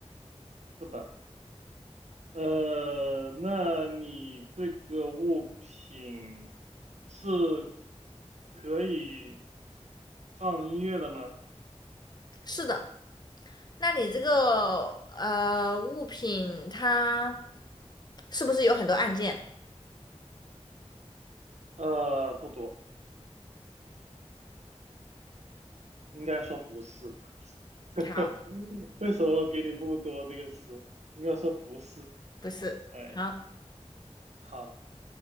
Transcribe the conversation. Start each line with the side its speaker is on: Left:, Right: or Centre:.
Right: 是的，呃，那你这个物品是可以放音乐的吗？
Left: 是的。那你这个呃物品它是不是有很多按键？
Right: 呃，不多，应该说不是。<laughs>
Left: 好，
Right: 为什么给你“不多”这个词？应该说不是。
Left: 不是。
Right: 哎，
Left: 好
Right: 好，